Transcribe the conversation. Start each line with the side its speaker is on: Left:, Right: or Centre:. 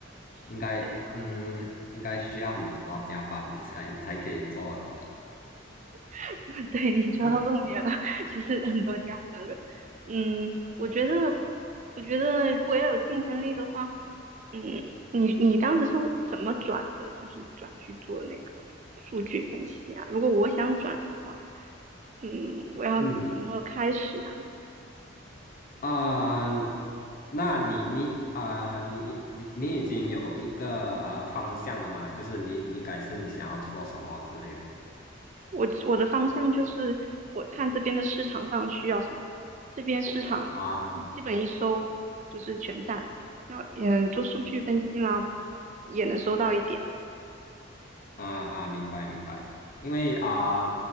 Left: 应该嗯，
Right: <laughs> 对啊，
Left: 应该需要很多加班才才可以做完吧？
Right: <laughs> 对你抓到重点了，
Left: 那
Right: <laughs> 就是很多加班的。嗯，我觉得，我觉得如果要有竞争力的话，嗯，你你当时是怎么转的？就是转去做那个数据分析啊？如果我想转的话，嗯，我要怎么开始啊？
Left: 嗯啊、那你你啊、你你你已经有一个呃方向了嘛？就是你你改次你想要做什么之类的
Right: 我我的方向就是我看这边的市场上需要什么，这边市场一基本一搜就是全站，
Left: 啊？
Right: 然后嗯做数据分析嘛，也能搜到一点，
Left: 啊啊，明白明白，因为啊、